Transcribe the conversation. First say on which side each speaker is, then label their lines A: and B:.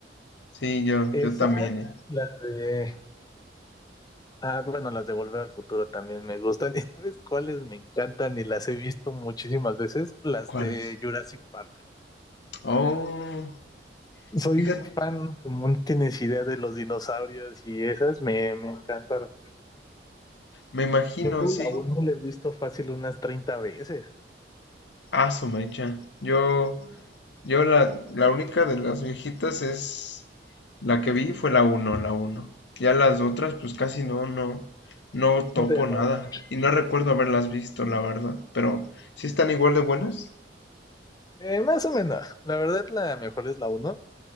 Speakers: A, on the left; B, on the left.
A: Sí, yo,
B: Esa,
A: yo también, ¿eh?
B: la de Ah, bueno, las de Volver al Futuro también me gustan. <laughs> ¿Y sabes cuáles me encantan? Y las he visto muchísimas veces, las
A: ¿Cuál
B: de
A: es?
B: Jurassic Park.
A: Oh,
B: Soy
A: fíjate,
B: fan, como no tienes idea de los dinosaurios y esas me, me encantan.
A: me imagino,
B: Yo creo
A: sí.
B: que aún no la he visto fácil unas 30 veces.
A: Ah, su mecha. Yo, yo la, la única de las viejitas es la que vi fue la uno la uno Ya las otras, pues casi no, no, no topo
B: No te llamaron
A: nada.
B: mucho.
A: Y no recuerdo haberlas visto, la verdad. Pero, ¿sí están igual de buenas?
B: Eh, más o menos. La verdad, la mejor es la uno,